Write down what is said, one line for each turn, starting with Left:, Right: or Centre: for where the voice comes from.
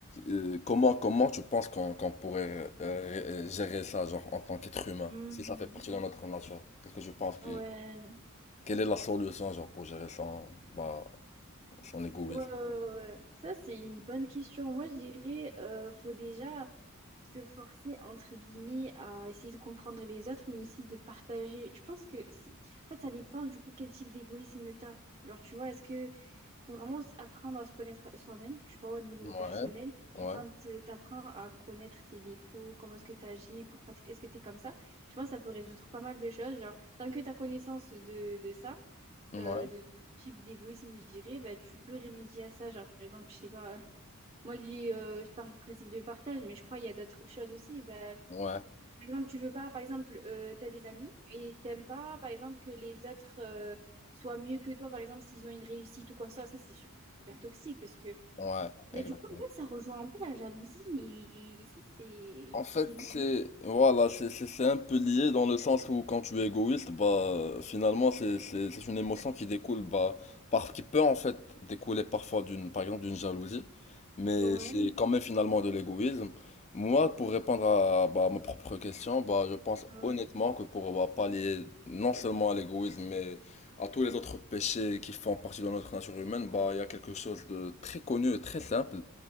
Left: euh, comment, comment tu penses qu'on qu'on pourrait euh, ré- gérer ça, genre, en tant qu'être humain,
Right: Mhm.
Left: si ça fait partie de notre nature? Qu'est-ce que je pense que
Right: Ouais.
Left: quelle est la solution, genre, pour gérer son, bah, son égoïsme?
Right: Ouais, ouais, ouais. ouais. Ça, c'est une bonne question. Moi, je dirais, euh, faut déjà se forcer, entre guillemets, à essayer de comprendre les autres, mais aussi de partager. Je pense que si... En fait, ça dépend du coup quel type d'égoïsme t'as. Genre, tu vois, est-ce que faut vraiment s- apprendre à se connaître soi-même, tu vois, au niveau
Left: Ouais,
Right: personnel.
Left: ouais,
Right: Et quand euh, t'apprends à connaître tes défauts, comment est-ce que t'agis, pourquoi t- est-ce que t'es comme ça, je pense que ça peut résoudre pas mal de choses. Genre, tant que t'as connaissance de, de ça
Left: ouais,
Right: euh, de, du type d'égoïsme, je dirais, bah, tu peux remédier à ça. Genre, par exemple, je sais pas, <laughs> euh, moi, du- euh, je parle du principe de partage, mais je crois qu'il y a d'autres choses aussi. Bah,
Left: ouais,
Right: par exemple, tu veux pas, par exemple, euh, tu as des amis et t'aimes pas, par exemple, que les autres euh, soient mieux que toi, par exemple, s'ils ont une réussite ou quoi, ça, ça, c'est su- super toxique parce que,
Left: ouais,
Right: mais
Left: exactement.
Right: du coup, en fait, ça rejoint un peu la jalousie, mais ça, c'est
Left: En fait,
Right: c'est lié.
Left: c'est voilà, c'est c'est- c'est un peu lié dans le sens où quand tu es égoïste, bah finalement c'est c'est c'est une émotion qui découle bah par qui peut en fait découler parfois d'une par exemple d'une jalousie, mais
Right: Ouais,
Left: c'est quand même finalement de l'égoïsme. Moi, pour répondre à bah, ma propre question, bah je pense
Right: ouais,
Left: honnêtement que pour bah, pallier non seulement à l'égoïsme mais à tous les autres péchés qui font partie de notre nature humaine, bah il y a quelque chose de très connu et très simple,